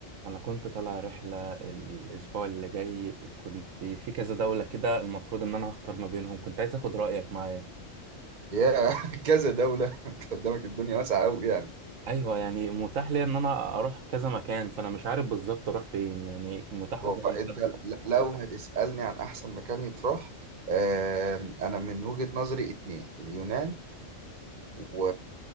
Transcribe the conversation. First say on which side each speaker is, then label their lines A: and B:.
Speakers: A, on the right; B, on the right.
A: انا كنت طالع رحله الاسبوع اللي جاي كنت في كذا دوله كده المفروض ان انا هختار ما بينهم كنت عايز اخد رايك معايا
B: يا <laughs> كذا دولة <laughs> انت قدامك الدنيا واسعة قوي يعني
A: ايوه يعني متاح لي ان انا اروح كذا مكان فانا مش عارف بالظبط اروح فين يعني متاح قدامي
B: هو انت ل- لو هتسألني عن احسن مكان يتروح آم، انا من وجهة نظري اتنين اليونان و...